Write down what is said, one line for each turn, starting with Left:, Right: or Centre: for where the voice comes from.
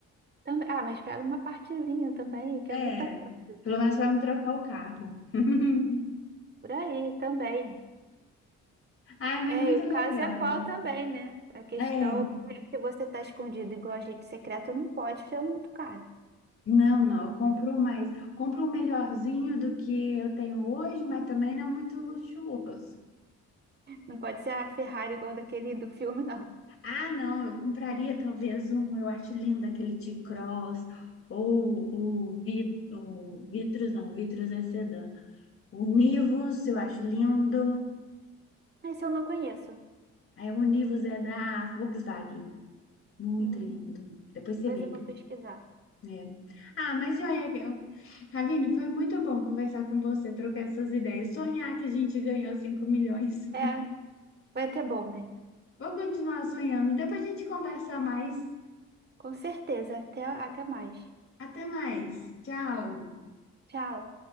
Right: Também, ah, mas pega uma partezinha também, que
Left: É,
Right: é muita coisa
Left: pelo menos vai me trocar o carro. <laughs>
Right: por aí também.
Left: Ai, mas
Right: É,
Left: muito
Right: e o
Left: legal.
Right: caso é qual também, né? A questão
Left: É,
Right: é que se você tá escondido igual agente secreto, não pode ser muito caro.
Left: não, não, eu compro mais. Compro um melhorzinho do que eu tenho hoje, mas também não é muito luxuoso.
Right: Não pode ser a Ferrari igual daquele do filme, não.
Left: Ah, não, eu compraria talvez um, eu acho lindo aquele T-Cross, ou o, Vit, o Vitrus, não, o Vitrus é sedã. O Nivus, eu acho lindo.
Right: Esse eu não conheço.
Left: Aí o Nivus é da Volkswagen. Muito
Right: Hum,
Left: lindo. Depois
Right: depois
Left: você vê.
Right: eu vou pesquisar.
Left: É. Ah, mas joia, eu- Ravine, foi muito bom conversar com você, trocar essas ideias. Sonhar que a gente ganhou 5 milhões.
Right: É, foi até bom, né?
Left: Vou continuar sonhando. Depois a gente conversa mais.
Right: Com certeza. Até, até mais.
Left: Até mais. Tchau.
Right: Tchau.